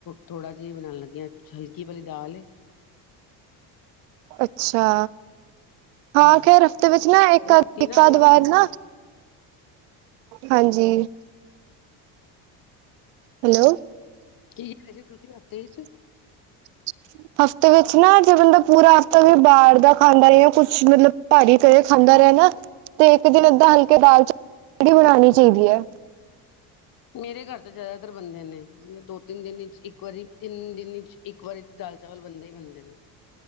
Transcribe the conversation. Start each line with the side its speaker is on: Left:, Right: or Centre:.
Left: ਥੋੜ੍ਹਾ ਜੀ ਬਨਾਨ ਲੱਗੀ ਆ, ਹਲਕੀ ਵਾਲੀ ਦਾਲ ਏ।
Right: ਅੱਛਾ, ਹਾਂ
Left: ਹੂੰ
Right: ਖੈਰ ਹਫ਼ਤੇ ਵਿੱਚ ਨਾ ਇੱਕ
Left: ਰਾਤੀ
Right: ਇੱਕ
Left: ਨਾ ਲੱਗ
Right: ਆਧਵਾਰ
Left: ਜਾਂਦੀ
Right: ਨਾ ਹਾਂਜੀ। ਹੈਲੋ।
Left: ਕੀ ਕਿਆ ਸੀ ਤੁਸੀਂ ਹਫ਼ਤੇ ਚ
Right: <inaudible> ਹਫ਼ਤੇ ਵਿੱਚ ਨਾ ਜੇ ਬੰਦਾ ਪੂਰਾ ਹਫ਼ਤਾ ਵੀ ਬਾਰ ਦਾ ਖਾਂਦਾ ਰਿਹਾ। ਜਾਂ ਕੁਛ ਮਤਲਬ ਭਾਰੀ ਤੇਰ ਖਾਂਦਾ ਰਿਆ ਨਾ ਤੇ ਇੱਕ ਦਿਨ ਏਦਾਂ ਹਲਕੇ ਦਾਲ ਚਾਵਲ ਵੀ ਬਨਾਨੀ ਚਾਈਦੀ ਐ।
Left: ਮੇਰੇ ਘਰ ਤਾਂ ਜੈਦਾਤਰ ਬਨਦੇ ਨੇ ਮਤਲਬ ਦੋ-ਤਿੰਨ ਦਿਨ ਚ ਇੱਕ ਵਾਰੀ ਤਿੰਨ ਦਿਨ ਚ ਇੱਕ ਵਾਰੀ ਤੇ ਦਾਲ ਚਾਵਲ ਬਨਦੇ ਈ ਬਨਦੇ ਨੇ,